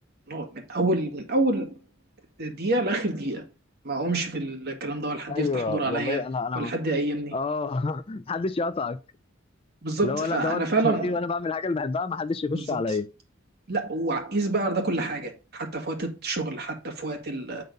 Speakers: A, on the right (about 55°); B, on the left (about 30°).
A: من اول من اول دقيقة لآخر دقيقة ما أقومش في الكلام ده ولا حد
B: ايوه
A: يفتح نور
B: والله
A: عليا
B: انا انا
A: ولا حد يقيمني
B: اه <laughs> محدش يقطعك
A: بالظبط
B: لو
A: فأنا
B: لا ده وقت
A: فعلا
B: فراغي وانا بعمل حاجه اللي بحبها محدش يخش
A: بالظبط
B: عليا
A: لا وقيس بقى على ده كل حاجه حتى في وقت الشغل حتى في وقت ال...